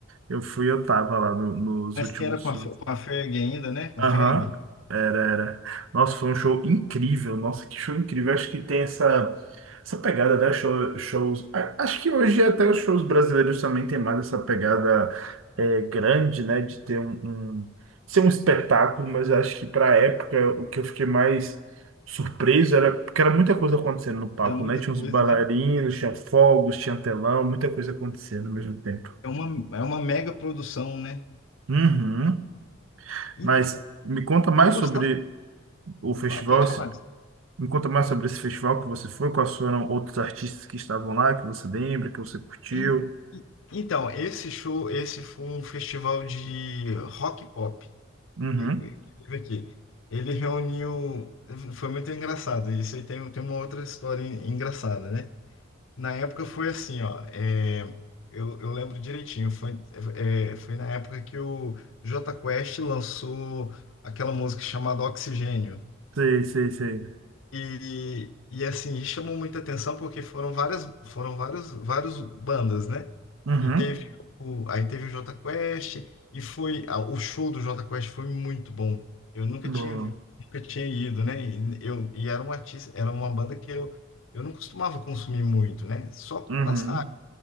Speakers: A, on the right; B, on the left.
A: Eu fui, eu tava lá no- nos
B: Mas
A: últimos
B: que era com
A: shows.
B: a, Fe- com a Ferg ainda, né? Com
A: Aham,
B: a Ferg.
A: era, era. Nossa, foi um show incrível. Nossa, que show incrível. Acho que tem essa, essa pegada né, show, shows. a- Acho que hoje até os shows brasileiros também tem mais essa pegada é, grande, né? De ter um, um- ser um espetáculo, mas acho que pra época o que eu fiquei mais surpreso era porque era muita coisa acontecendo no palco,
B: Era muita
A: né? Tinha
B: coisa,
A: uns bailarinos,
B: né?
A: tinha fogos, tinha telão, muita coisa acontecendo ao mesmo tempo.
B: É uma, é uma mega produção, né?
A: Uhum.
B: Então,
A: Mas me conta mais
B: eu gostava.
A: sobre o festival,
B: Ah, Pode
A: esse-
B: falar. disso.
A: me conta mais sobre esse festival que você foi, quais foram outros artistas que estavam lá, que você lembra, que você curtiu.
B: E- e- Então, esse show, esse foi um festival de rock pop
A: Uhum.
B: que, que teve aqui. Ele reuniu. Foi muito engraçado. Isso aí tem, tem uma outra história en- engraçada, né? Na época foi assim, ó. é, eu, eu lembro direitinho. Foi, é, foi na época que o Jota Quest lançou aquela música chamada Oxigênio.
A: Sei, sei, sei.
B: E, e assim, chamou muita atenção porque foram várias, foram vários, vários bandas, né?
A: Uhum.
B: E teve o, aí teve o Jota Quest e foi a- o show do Jota Quest foi muito bom. Eu nunca
A: Boa.
B: tinha, vi- nunca tinha ido, né? E, eu, e era um artista, era uma banda que eu, eu não costumava consumir muito, né? Só
A: Uhum.
B: nas